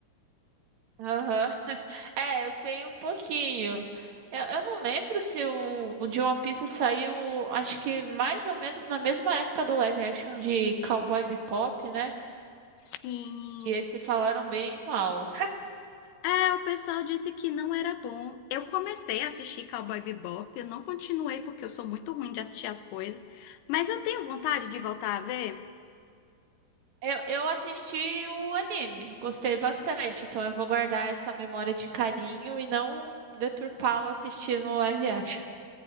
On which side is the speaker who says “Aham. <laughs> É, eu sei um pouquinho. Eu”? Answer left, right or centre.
Right